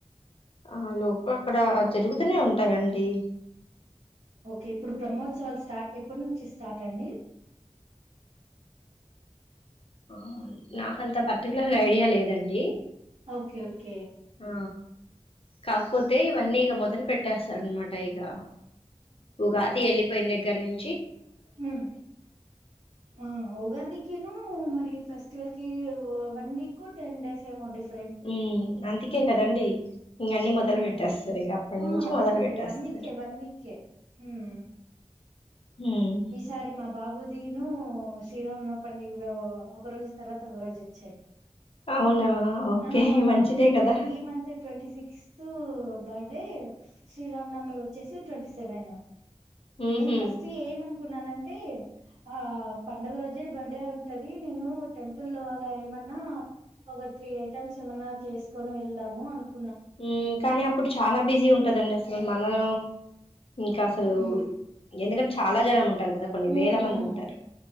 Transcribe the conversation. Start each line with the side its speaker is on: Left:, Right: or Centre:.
Left: ఆ హలో అక్కడ
Right: బ్రహ్మ
Left: జరుగుతూనే ఉం టయండి
Right: ఓకే ఇప్పుడు బ్రహ్మోత్సవాలు స్టార్ట్ ఎప్పటి నుంచి స్టార్ట్ అండి
Left: ఆ నాకంత పర్టికులర్ గా ఐడియా లేదండి
Right: ఓకే ఓకే
Left: ఆ కాకపోతే ఇవన్నీ ఇగ మొదలుపెట్ పట్టేస్తారన్నమాట ఇగ ఉగాది వెళ్ళిపోయిన దగ్గర నిం
Right: ఉమ్ ఆ ఉగాదికిను మరి ఫస్ట్ ట్వల్ కి వన్ వీక్ టెన్ డేస్ ఏమో డిఫ
Left: ఉ అందుకే కదండడి ఇక అన్ని మొదలు
Right: హ్మ్.
Left: పెట్టేస్తారు ఇక అప్పటి
Right: ఆ!
Left: నుంచి మొదలు
Right: లేదండి
Left: పెట్టేస్తారు
Right: వీకే, వీకే. హ్మ్.
Left: ఉమ్
Right: ఈసారి మా బాబు దీను శ్రీరామున పండగ ఒక రోజు తర్వాత ఒక రోజు వచ్చయి
Left: అవునా ఓకే
Right: ఆ మా
Left: మంచిదే
Right: బాబుది
Left: కదా
Right: ఈ month twenty sixth birthday Sri Rama Navami వచ్చేసి ట్వంటీ సెవెన్
Left: ఉహు
Right: నేన్ ఫస్ట్ ఏం అను కున్నానంటే ఆ పండుగ రోజే బర్త్డే ఉంటది నేను టెంపుల్ లో అలా ఏమన్నా ఒక త్రీ ఐటమ్స్ ఏమన్నా చేసుకొని వెళ్దాము అనుకు
Left: ఉమ్ కానీ అప్పుడు చాలా బిజీ ఉంటదండి అసలు మనం ఇంకా అసలు
Right: హ్మ్
Left: ఎందుకంటే చాలా జనం ఉంటారు కదా కొన్ని
Right: హ్మ్
Left: వేల
Right: హ్మ్.
Left: మంది ఉంటారు